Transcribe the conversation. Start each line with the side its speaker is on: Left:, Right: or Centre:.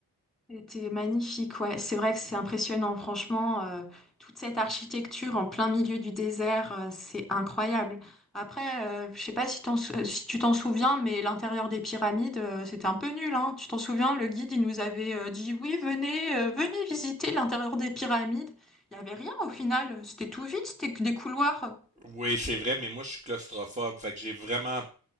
Centre: C'était magnifique, ouais. C'est vrai que c'est impressionnant, franchement. euh, toute cette architecture en plein milieu du désert, euh, c'est incroyable. Après, euh, je sais pas si, t'en sou- euh, si tu t'en souviens, mais l'intérieur des pyramides, euh, c'était un peu nul, hein. Tu t'en souviens, le guide, il nous avait euh, dit, oui, venez, euh, venez visiter l'intérieur des pyramides. Il n'y avait rien au final. C'était tout vide, c'était que des couloirs.
Right: Oui, c'est vrai, mais moi, je suis claustrophobe. Fait que j'ai vraiment,